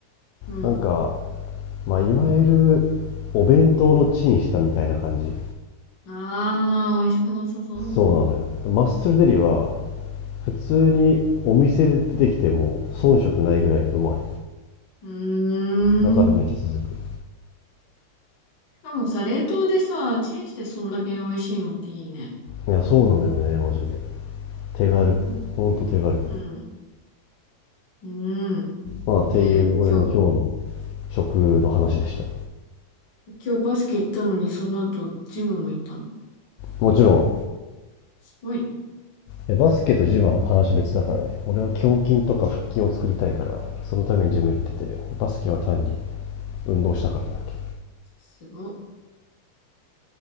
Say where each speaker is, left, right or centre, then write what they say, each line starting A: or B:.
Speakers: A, on the left; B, on the left.
A: うん。
B: なんか、まあ、いわゆるお弁当のチンしたみたいな感じ。
A: あー、美味しくなさそう。うん。
B: そうなのよ。マッスルデリは普通にお店で出てきても遜色ないぐらいうまい。
A: うーん。
B: だからめっちゃ続く。
A: しかもさ、冷凍でさ、チンしてそんだけ美味しいのっていいね。
B: いや、そうなのよね、マジで。手軽。
A: うん。
B: ほんと手軽。
A: うん。うん。
B: まあ、っていう俺の今日の
A: で、今日、
B: 食の話でした。
A: 今日バスケ行ったのに、その後、ジムも行ったの。
B: もちろん、
A: すごいね。
B: やバスケとジムは話別だからね俺は胸筋とか腹筋を作りたいからそのためにジム行っててバスケは単に運動したかっただけ
A: すご。